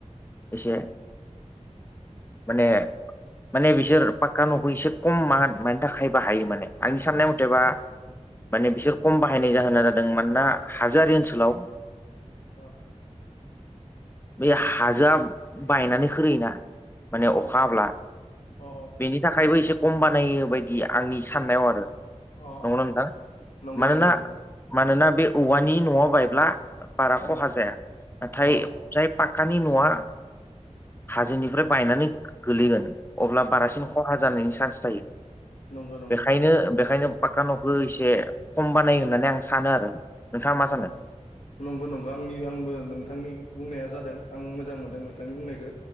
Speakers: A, on the left; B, on the left.
A: एसे माने माने बिसोर पाक््कानावखौ एसे खम म मानि थाखायबोा हायो माने आंनि साननायाव एेबा माने बिसोर खम बाहायनाय जाहोना जादों मानोना हाजोआरि ओनसोलाव।
B: अ
A: बे हाजोआ बायनानै होयोना। माने
B: अ
A: अखाब्ला
B: अ
A: बेनि थाखायबो एसे खम बानायो बायदि आंनि साननायाव आरो।
B: अ
A: नंगौना
B: अ
A: नोंथां
B: नंगौ
A: मानोना
B: नंगौ नंगौ।
A: मानोना बे औवानि न'आव बायब्ला बारा खहा
B: अ
A: जाया नाथाय।
B: अ
A: जाय पाक्कानि न'आ हाजोनिफ्राय बायनानै गोलैगोन। अब्ला बारासिन खहा जानायनि चान्स थायो
B: नंगौ नंगौ
A: बेखायनो बेखायनो। पाका न'खौ एसे खम बानायो होननानै आं सानो आरो। नोंथाङा मा
B: अ
A: सानो
B: अ। नंगौ नंगौ आंनि आंबो नोंथांनि बुंनाया जादों आं मोजां मोनदों नोंथांनि बुंनायखो।